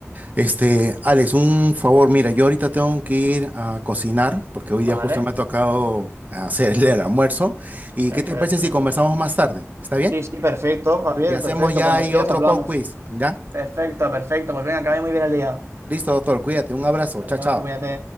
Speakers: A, on the right; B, on the right.
A: Este, Alex, un favor, mira, yo ahorita tengo que ir a cocinar porque hoy
B: Vale,
A: día justo me ha tocado hacerle el almuerzo. ¿Y
B: perfecto.
A: qué te parece si conversamos más tarde? ¿Está bien?
B: Sí, sí, perfecto, Javier,
A: Y hacemos
B: perfecto.
A: ya
B: Cuando
A: ahí
B: quieras
A: otro
B: hablamos.
A: pop quiz, ¿ya?
B: Perfecto, perfecto. Pues venga, que vaya muy bien el día.
A: Listo, doctor, cuídate, un abrazo, chao,
B: Adiós,
A: chao.
B: que cuídate.